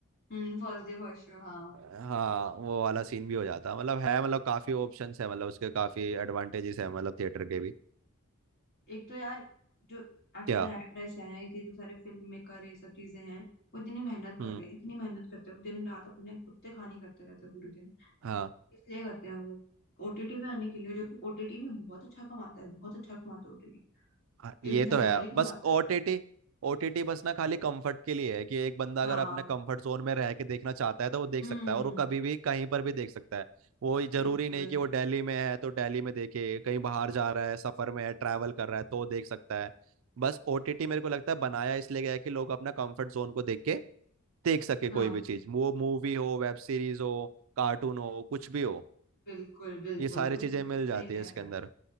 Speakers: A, on the left; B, on the right.
A: हम्म फर्स्ट डे फर्स्ट शो हाँ
B: हाँ वो वाला सीन भी हो जाता है मतलब है मतलब काफी ऑप्शंस है मतलब उसके काफी एडवांटेजेस है मतलब थिएटर के भी
A: एक तो यार जो एक्टर
B: क्या
A: एक्ट्रेस हैं ये जो सारे फिल्म मेकर ये सब चीजें हैं वो इतनी मेहनत कर
B: हम्म
A: रहे हैं इतनी मेहनत करते हैं वो दिन रात अपने कुत्ते खानी करते रहते हैं पूरे दिन
B: हाँ
A: इसलिए करते हैं वो ओटीटी पे आने के लिए जो कि ओटीटी भी बहुत अच्छा कमाता है बहुत अच्छा कमाता है ओटीटी
B: हाँ, ये
A: इनसे
B: तो है
A: डबल ही
B: बस
A: कमाता
B: ओटीटी
A: है
B: ओटीटी बस ना खाली कंफर्ट के लिए है कि एक बंदा
A: हाँ
B: अगर अपने कंफर्ट जोन में रह के देखना चाहता है तो वो देख
A: हम्म
B: सकता है और वो कभी भी कहीं पर भी देख सकता है वो ये जरूरी
A: बिल्कुल
B: नहीं कि वो दिल्ली में है तो दिल्ली में देखे कहीं बाहर जा रहा है सफर में है ट्रैवल कर रहा है तो देख सकता है बस ओटीटी मेरे को लगता है बनाया इसलिए गया है कि लोग अपना कंफर्ट जोन को देख के देख सके
A: हाँ
B: कोई भी चीज वो मूवी हो वेब सीरीज हो कार्टून हो कुछ भी हो
A: बिल्कुल बिल्कुल
B: ये सारी
A: तो
B: चीजें
A: बिल्कुल
B: मिल जाती
A: सही कह
B: है इसके
A: रहा
B: अंदर
A: है